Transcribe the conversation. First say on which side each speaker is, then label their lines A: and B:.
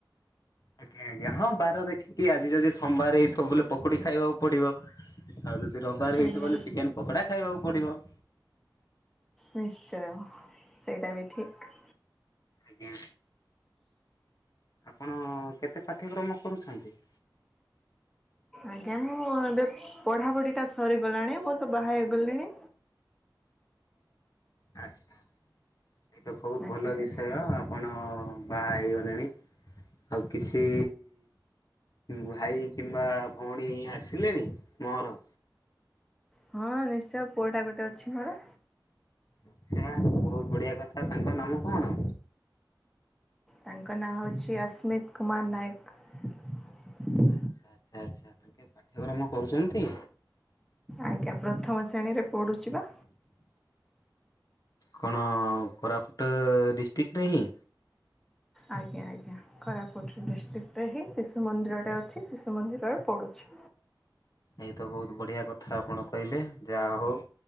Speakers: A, on the left (about 50°); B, in the centre.
A: ଆଜ୍ଞା ଆଜ୍ଞା, ହଁ ବାର ଦେଖିକି ଆଜି ଯଦି ସୋମବାର ହେଇଥିବ ବୋଲେ ପକୁଡି ଖାଇବ। ପଡିବ। ଆଉ ଯଦି ରବିବାର ହେଇଥିବ
B: ଆଜ୍ଞା
A: ବଲେ ଚିକେନ୍ ପକୋଡା ଖାଇବାକୁ ପଡିବ।
B: ନିଶ୍ଚୟ ସେଇଟା ବି ଠିକ୍।
A: ଆଜ୍ଞା ଆପଣ କେତେ ପାଠ୍ୟକ୍ରମ କରୁଛନ୍ତି?
B: ଆଜ୍ଞା, ମୁଁ ଏବେ ପଢ଼ାପଢ଼ିଟା ସରିଗଲାଣି, ମୁଁ ତ ବାହା ହେଇଗଲିଣି।
A: ଆଚ୍ଛା, ଏଇତ ବହୁତ
B: ଆଜ୍ଞା
A: ଭଲ
B: ଆଜ୍ଞା
A: ବିଷୟ ଆପଣ ବାହା ହେଇଗଲେଣି। ଆଉ କିଛି ଭାଇ କିମ୍ବା ଭଉଣୀ ଆସିଲେଣି ମୋର?
B: ହଁ ନିଶ୍ଚୟ ପୁଅଟା ଗୋଟେ ଅଛି ମୋର।
A: ଆଛା ବହୁତ ବଢିଆ କଥା ତାଙ୍କ ନାମ କଣ?
B: ତାଙ୍କ ନାଁ ହୋଉଛି ଅସ୍ମିତ କୁମାର ନାୟକ।
A: ଆଚ୍ଛା ଆଚ୍ଛା ଆଚ୍ଛା ତାଙ୍କେ ପାଠ୍ୟକ୍ରମ କରୁଛନ୍ତି?
B: ଆଜ୍ଞା ପ୍ରଥମ ଶ୍ରେଣୀରେ ପଢୁଛି ବା।
A: କଣ କୋରାପୁଟ ଡିଷ୍ଟ୍ରିକ ନାହିଁ?
B: ଆଜ୍ଞା ଆଜ୍ଞା କୋରାପୁଟ ଡିଷ୍ଟିକ ଟେ ହେଇଛି ହିଁ ଶିଶୁ ମନ୍ଦିରଟେ ଅଛି ଶିଶୁ ମନ୍ଦିରରେ ପଡ଼ୁଛି।
A: ଏଇ ତ ବହୁତ ବଢ଼ିଆ କଥା ଆପଣ କହିଲେ ଯାହା ହୋଉ।